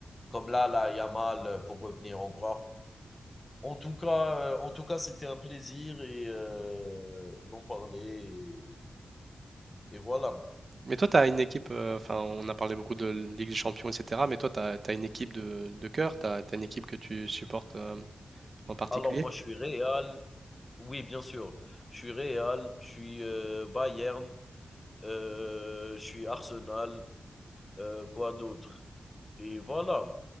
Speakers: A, on the left (about 20°); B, on the right (about 40°).
A: Comme là, là, Yamal, euh, pour revenir encore. En tout cas, euh, en tout cas, c'était un plaisir et euh, d'en parler. Et, et voilà.
B: Mais toi, tu as une équipe, euh, enfin, on a parlé beaucoup de Ligue des Champions, etc. Mais toi, tu as, une équipe de, de cœur, tu as, une équipe que tu supportes euh, en particulier?
A: Alors moi, je suis Real. Oui, bien sûr. Je suis Real. Je suis euh, Bayern. Heu, je suis Arsenal, heu, quoi d'autre? Et voilà,